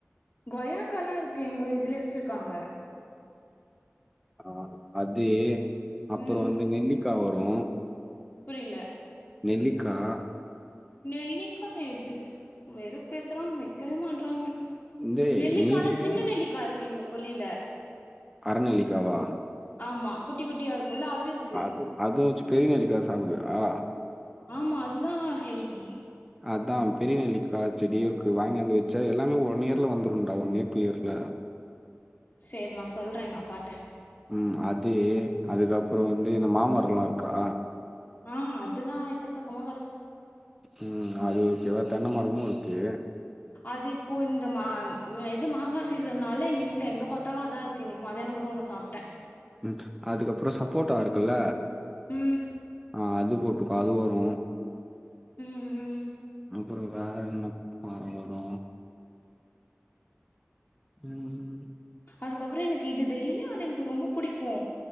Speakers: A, on the left (about 40°); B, in the centre.
A: கொயாக்கல்லா இருக்கு எங்க வீ இதுலே வச்சிருக்காங்க
B: அ அது அப்புறோ
A: ம்
B: வந்து நெல்லிக்கா வரு
A: புரியல
B: நெல்லிக்கா
A: நெல்லிக்கா எது வெறுப்பேத்துறா வெக்கவே மாட்றாங்க
B: டேய்
A: நெல்லிக்கானா
B: நீ வேணா
A: சின்ன நெல்லிக்கா இருக்கு எங்க கொல்லியில
B: அரநெல்லிக்காவா
A: ஆமா குட்டி குட்டியா இருக்கும்ல அது இருக்
B: அதும் அதுவும் வச்சு பெரிய நெல்லிக்கா சாப்டுவியா
A: ஆமா அதுதா ஹெல்தி
B: அதா பெரிய நெல்லிக்கா செடியு இருக்கு வாங்கியாந்து வச் சா எல்லாமே ஒன் இயர்ல வந்துருன்டா ஒன் இயர் டூ இயர்ஸ்ல
A: செரி நா சொல்றே எங்க அப்பாட்ட
B: ம் அது அதுக்கு அப்றோ வந்து இந்த மாமரொல்லா இருக்கா
A: ஆ அதெல்லா எக்கச்சக்கமா கெடக்கு
B: உம் நா அது ஓகேவா தென்ன மரமு இருக்கு
A: அது இப்போ இந்த மா இது மாங்கா சீசன்னால எங்க வீட்ல எங்க பாத்தாலு அதா இருக் கு இன்னக்கு மதியானோ கூட ஒன்னு சாப்ட
B: ம் அதுக்கப்புறோ சப்போட்டா இருக்குல்ல
A: ம்
B: ஆ அது போட்டுக் அது வரு ம்
A: ம் ம்
B: ப்புறோ வேறு என்ன மரோ வரு ம் ம்
A: அதுக்கப்புறோ எனக்கு இது டெய்லியு ஆனா எனக்கு ரொம்ப புடிக்கு